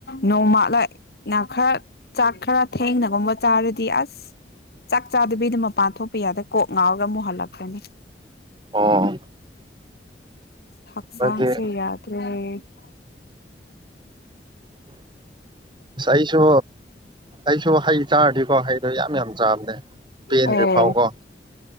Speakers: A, on the left; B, on the right.
A: ꯅꯣꯡꯃꯂꯅ ꯈꯔ ꯆꯥꯛ ꯈꯔ ꯊꯦꯡꯅꯒꯨꯝꯕ ꯆꯥꯔꯗꯤ ꯑꯁ ꯆꯥꯛ ꯆꯥꯗꯕꯤꯗ ꯃꯄꯥꯟ ꯊꯣꯛꯄ ꯌꯥꯗ꯭ꯔꯦ ꯀꯣꯛ ꯉꯥꯎꯔꯒ ꯃꯨꯛꯍꯜꯂꯛꯄꯅꯤ
B: ꯑꯣ
A: ꯍꯛꯁꯥꯡꯁ
B: ꯍꯥꯏꯗꯤ
A: ꯌꯥꯗꯦ ꯐ
B: <inaudible> ꯑꯁ ꯑꯩꯁꯨ ꯑꯩꯁꯨ ꯍꯩ ꯆꯥꯔꯗꯤꯀꯣ ꯍꯩꯗꯣ ꯌꯥꯝ ꯌꯥꯝ ꯆꯥꯕꯅꯦ ꯄꯦꯟꯗ꯭ꯔꯤ
A: ꯑꯣ
B: ꯐꯥꯎꯀꯣ